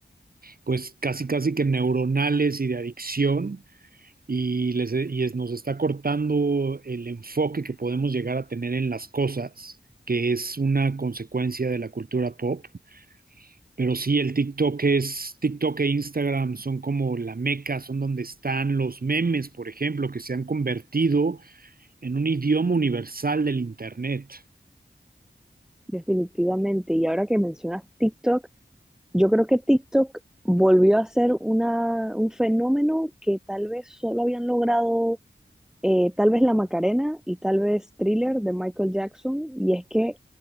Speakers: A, on the right; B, in the centre.
A: pues casi casi que neuronales y de adicción y, les, e, y es- nos está cortando el enfoque que podemos llegar a tener en las cosas, que es una consecuencia de la cultura pop. Pero sí, el TikTok es, TikTok e Instagram son como la meca, son donde están los memes, por ejemplo, que se han convertido en un idioma universal del Internet.
B: Definitivamente. Y ahora que mencionas TikTok, yo creo que TikTok volvió a ser una, un fenómeno que tal vez solo habían logrado eh, tal vez La Macarena y tal vez Thriller de Michael Jackson. Y es que